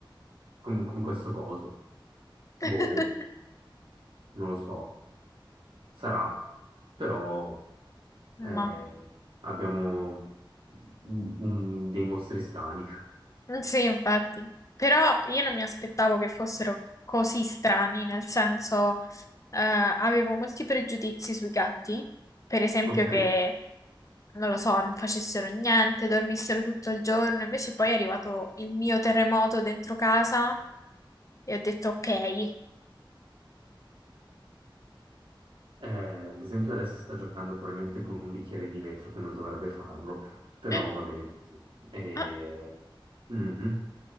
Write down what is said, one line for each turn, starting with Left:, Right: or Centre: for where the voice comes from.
Right: con, con questo coso. Boh,
Left: <laughs>
Right: non lo so. Sarà. Però eh,
Left: Ma
Right: abbiamo un- un- dei mostri strani.
Left: Mm, Sì, infatti, però io non mi aspettavo che fossero così strani, nel senso, eh, avevo molti pregiudizi sui gatti, per esempio
Right: <laughs> Ok.
Left: che, non lo so, non facessero niente, dormissero tutto il giorno, invece poi è arrivato il mio terremoto dentro casa e ho detto ok.
Right: Eh, ad esempio adesso sta giocando probabilmente con un bicchiere di vetro che non dovrebbe farlo, però
Left: <laughs>
Right: va bene così. Eh,
Left: Ah.
Right: mhm.